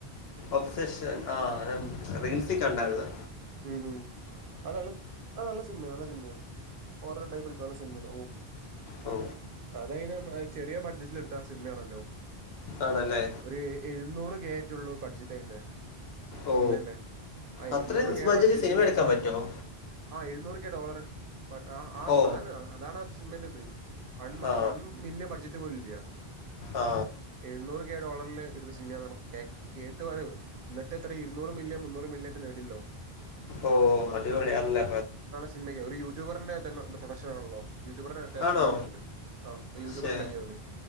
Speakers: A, on the left; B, on the right.
A: ഒബ്സെഷൻ ആഹാ
B: ഉം
A: റീൽസ് കണ്ടായിരിന്
B: ഉം ഉം അത് നല്ല അത് നല്ല സിനിമയ നല്ല സിനിമയാ <unintelligible>
A: ഹൊ
B: അതയിന് ചെറിയ ബഡ്ജറ്റ്ൽട്ത്ത സിനിമയാണല്ലോ?
A: ആണല്ലേ
B: ഒരു എഴുന്നൂറ് കെ ആയിറ്റുള്ളൂ ബഡ്ജറ്റ് അതിന്റെ
A: ഓ
B: സിനിമെന്റെ ആ
A: അത്രയും
B: എഴുന്നൂറ്- ബഡ്ജറ്റ്
A: സിനിമ
B: എന്ന്
A: എടുക്കാൻ പറ്റുമോ
B: എഴുന്നൂറു കെ ഡോളർ ആഹ്
A: ഓ
B: അതാണ് അതാണ് സിനിമെന്റെ ഇത് വൺ
A: ആ
B: വൺ മില്യൻ ബഡ്ജറ്റ് പോലും ഇല്ല
A: ആ
B: എഴുന്നൂറ് കെ ഡോളറിൽ എടുത്ത സിനിമയാണ് നമുക്ക് കേ കേട്ട് വരവോ എന്നിട്ട് എത്രയാ ഇരൂനൂറ് മില്ല്ൺ മുന്നൂറ് മില്ല്യൺ ഒക്കെ നേടില്ലോ
A: ഓഹ് അടിപൊളി അണ <unintelligible> ല്ലെ
B: സിൻമയ്ക്കെ ഒരു യൂട്യൂബർന്റെ തന്നെ പ്രൊഡക്ഷൻ ആണല്ലോ. യൂട്യൂബർ എത്ര
A: ആണോ
B: ലോങ്ങ് ആഹ് യൂട്യൂബർ
A: ശേ
B: ഉണ്ടാക്കിയ അവിടെ